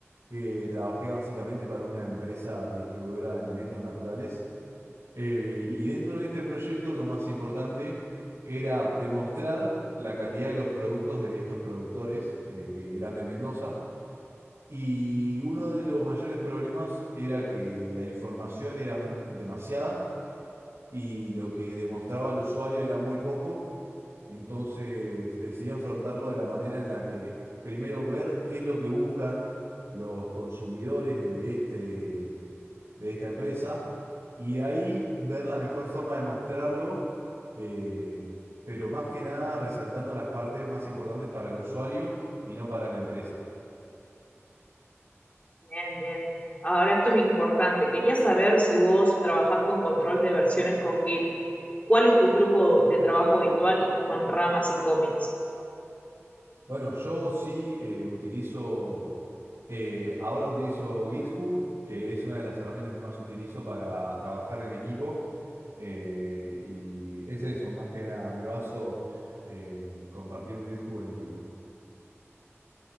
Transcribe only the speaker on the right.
que trabajé básicamente para una empresa distribuidora de alimentos naturales. Eh, y dentro de este proyecto lo más importante era demostrar la calidad de los productos de estos productores, eh, que eran de Mendoza. Y uno de los mayores problemas era que la información era mu- demasiada y lo que demostraba al usuario era muy poco. Entonces decidí enfrentarlo de la manera en la que primero ver qué es lo que buscan los consumidores de este, de esta empresa y de ahí ver la mejor forma de mostrarlo, eh, pero más que nada resaltando las partes más importantes para el usuario y no para la empresa.
Bueno, yo sí eh, utilizo, eh, ahora utilizo GitHub, que es una de las herramientas que más utilizo para trabajar en equipo. eh, y es eso, más que nada, me baso en compartir un GitHub en equipo.